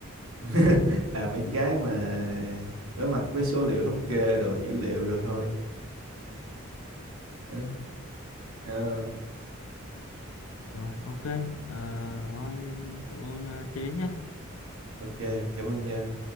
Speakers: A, on the right; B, on the left.
A: <laughs> là mấy
B: <laughs>
A: cái mà đối mặt với số liệu thống kê đồ dữ liệu rồi thôi Ừ. Ờ,
B: rồi ok Ờ, thôi cảm ơn uh, Trí nhé
A: ok cảm ơn Nhân